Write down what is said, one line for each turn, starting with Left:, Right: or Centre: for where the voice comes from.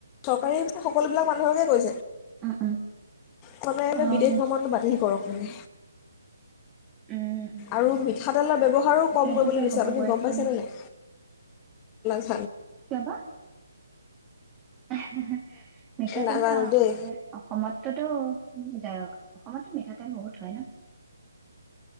Left: চৰকাৰেতো সকলো <unintelligible> মানুহকে কৈছে।
Right: উম উম
Left: কলে হেনো
Right: অহ।
Left: বিদেশ ভ্ৰমণটো বাতিল কৰক। মানে
Right: উম উম।
Left: আৰু মিঠাতেলৰ ব্যৱহাৰো
Right: তাকে
Left: কম কৰিবলৈ
Right: কি যে
Left: দিছে,
Right: হ'ব
Left: আপুনি
Right: গৈ
Left: গম
Right: আছে
Left: পাইছেনে
Right: নহয়
Left: নাই? <unintelligible>
Right: কিয় বা? <unintelligible> মিঠাতেলটো
Left: নাজানো
Right: আমাৰ
Left: দেই
Right: অসমততো-অসমতো মিঠাতেল <unintelligible>